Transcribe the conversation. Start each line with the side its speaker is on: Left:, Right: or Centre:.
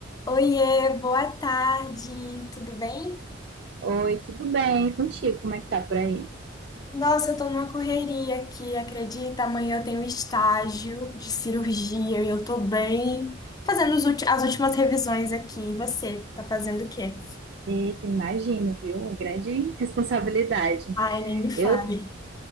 Left: Oiê, boa tarde, tudo bem?
Right: Oi, tudo bem? E contigo? Como é que tá por aí?
Left: Nossa, eu tô numa correria aqui, acredita? Amanhã eu tenho estágio de cirurgia e eu tô bem fazendo os ulti- as últimas revisões aqui. E você, tá fazendo o quê?
Right: Eita, imagino, viu? Uma grande responsabilidade.
Left: Ai, nem me fale.
Right: Eu,